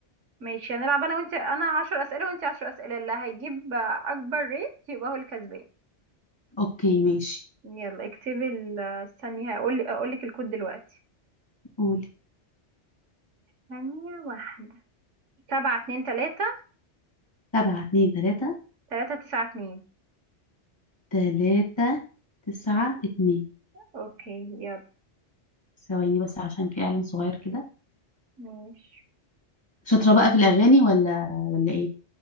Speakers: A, on the right; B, on the left.
A: ماشي هنلعب انا وانتي انا عشر اسئله وانتي عشر اسئله اللي هيجيب اكبر ريت يبقى هو الكسبان
B: اوكي ماشي
A: يلا اكتبي ال- استني هقول اقول لك الكود دلوقتي
B: قولي
A: ثانيه واحده سبعة اتنين تلاتة
B: سبعة اتنين تلاتة
A: تلاتة تسعة اتنين
B: تلاتة تسعة اتنين
A: اوكي يلا
B: ثواني بس عشان في اعلان صغير كده
A: ماشي
B: شاطرة بقى في الاغاني ولا ولا ايه